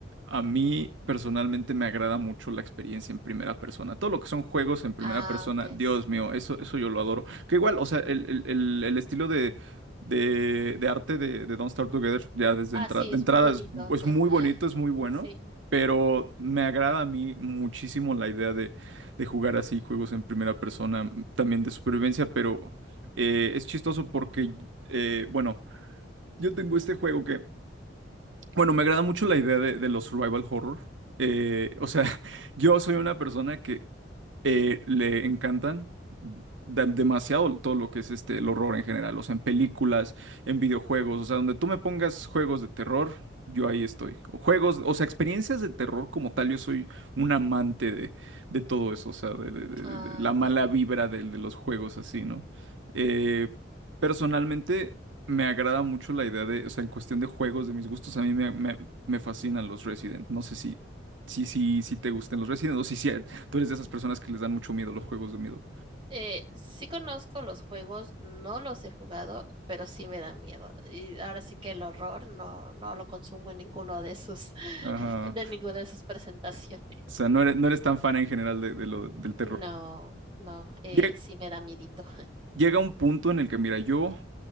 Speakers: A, on the right (about 85°); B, on the right (about 25°).
A: a mí personalmente me agrada mucho la experiencia en primera persona. Todo lo que son juegos en primera
B: Ah,
A: persona,
B: ok,
A: Dios
B: sí.
A: mío, eso, eso yo lo adoro. Que igual, o sea, el, el- el- el estilo de... De, de arte de, de Don't Starve Together, ya desde
B: Ah,
A: entrada
B: sí,
A: de
B: es
A: entrada
B: muy bonito.
A: es, es
B: <laughs>
A: muy bonito, es muy bueno,
B: Sí.
A: pero me agrada a mí muchísimo la idea de, de jugar así juegos en primera persona, m, también de supervivencia, pero eh, es chistoso porque, eh, bueno, yo tengo este juego que, bueno, me agrada mucho la idea de, de los survival horror. Eh, o sea, <laughs> yo soy una persona que eh, le encantan da- demasiado todo lo que es este el horror en general, o sea, en películas, en videojuegos, o sea, donde tú me pongas juegos de terror, yo ahí estoy. O juegos, o sea, experiencias de terror como tal, yo soy un amante de, de todo eso, o sea, de, de- de-
B: Ah,
A: de la
B: entiendo.
A: mala vibra del- de, los juegos así, ¿no? Eh, personalmente me agrada mucho la idea de, o sea, en cuestión de juegos, de mis gustos, a mí me, me- me fascinan los Resident. No sé si, si, si, si te gusten los Resident o si, si, tú eres de esas personas que les dan mucho miedo los juegos de miedo.
B: Eh, sí conozco los juegos, no los he jugado, pero sí me dan miedo. Y ahora sí que el horror no, no lo consumo en ninguno de sus,
A: Ajá.
B: <laughs> de ninguna de sus presentaciones.
A: O sea, no eres, no eres tan fan en general de, de lo, del terror.
B: No, no, eh,
A: Llega,
B: sí me da miedito.
A: llega un punto en el que, mira, yo,